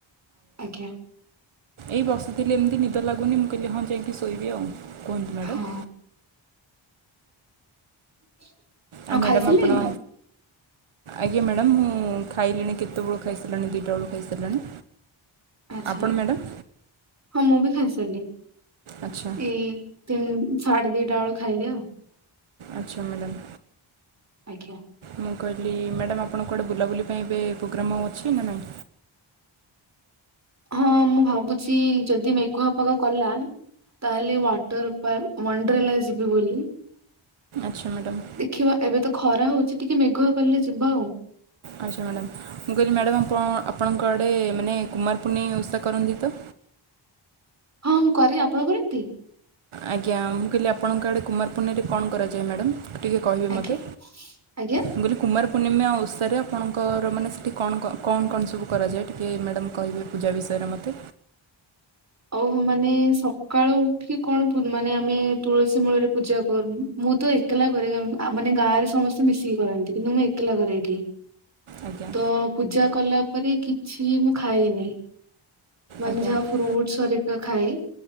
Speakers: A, on the right; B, on the right.
A: ଆଜ୍ଞା।
B: ଏଇ ବସିଥିଲି ଏମିତି ନିଦ ଲାଗୁନି ମୁଁ କହିଲି ହଁ ଯାଇକି ଶୋଇବି ଆଉ। କୁହନ୍ତୁ ମ୍ୟାଡ଼ମ୍।
A: ହଁ <inaudible>
B: ଆ ମ୍ୟାଡ଼ମ
A: ଖାଇସାରିଲେଣି
B: ଆପଣ? ଆଜ୍ଞା ମ୍ୟାଡ଼ମ ମୁଁ ଖାଇଲିଣି କେତେବେଳୁ ଖାଇସାରିଲଣି ଦୁଇଟା ବେଳୁ ଖାଇସାରିଲାଣି।
A: ଆଛା
B: ଆପଣ ମ୍ୟାଡ଼ାମ୍
A: ହଁ ମୁଁ ବି ଖାଇସାରିଲି
B: ଆଚ୍ଛା
A: ଏଇ ତିନ ସାଢେ ଦିଟା ବେଳୁ ଖାଇଲି ଆଉ।
B: ଆଛା ମ୍ୟାଡ଼ାମ୍।
A: ଆଜ୍ଞା।
B: ମୁଁ କହିଲି ମ୍ୟାଡ଼ାମ୍ ଆପଣଙ୍କ ଗୋଟେ ବୁଲାବୁଲି ପାଇଁ ଏବେ ପ୍ରୋଗ୍ରାମ୍ ହେଉ ଅଛି ନା ନାହିଁ।
A: ହଁ ମୁଁ ଭାବୁଛି ଯଦି ମେଘୁଆ ପାାଗ କଲା। ତାହେଲେ ୱାଟର ପକ ୱାଣ୍ଡରେ ଲା ଯିବି ବୋଲି।
B: ଆଚ୍ଛା ମ୍ୟାଡ଼ମ୍
A: ଦେଖିବା ଏବେ ତ ଖରା ହଉଛି ଟିକେ ମେଘୁଆ କଲେ ଯିବା ଆଉ
B: ଆଚ୍ଛା ମ୍ୟାଡ଼ାମ୍ ମୁଁ କହିଲି ମ୍ୟାଡ଼ମ୍ ଆପଣ ଆପଣଙ୍କ ଆଡ଼େ ମାନେ। କୁମାର ପୁନେଇଁ ଓଷା କରନ୍ତି। ତ?
A: ହଁ ମୁଁ କରେ ଆପଣଙ୍କ କରନ୍ତି।
B: ଆଜ୍ଞା ମୁଁ କହିଲି ଆପଣଙ୍କ ଆଡ଼େ କୁମାରପୁର୍ଣ୍ଣିମାରେ କଣ କରାଯାଏ ମ୍ୟାଡ଼ାମ। ଟିକେ କହିବେ
A: ଆଜ୍ଞା
B: ମୋତେ
A: ଆଜ୍ଞା
B: ମୁଁ କହିଲି କୁମାରପୂ ପୂର୍ଣ୍ଣିମା ଓଷାରେ ଆପଣଙ୍କର ମାନେ ସେଇଠି କଣ କଣ କଣ ସବୁ କରାଯାଏ ଟିକିଏ ମ୍ୟାଡ଼ମ୍ କହିବେ ପୂଜା ବିଷୟରେ ମୋତେ।
A: ଓହୋ ମାନେ ସକାଳୁ ଉଠିକି କଣ ମାନେ ଆମେ ତୁଳସୀ ମୂଳରେ ପୂଜା କରୁନୁ ମୁଁ ତ ଏ। ଏକଲା କରେ ମାନେ ଗାଁ ରେ ସମସ୍ତେ ମିଶିକି କରନ୍ତି କିନ୍ତୁ ମୁଁ ଏକଲା କରେ ଏଠି
B: ଆଜ୍ଞା
A: ତ ପୂଜା କଲା ତା ପରେ କିଛି ମୁଁ ଖାଇନି। ମନ୍ଝା
B: ଆଜ୍ଞା
A: ଫ୍ରୁଟ <unintelligible> ସରିକା ଖାଏ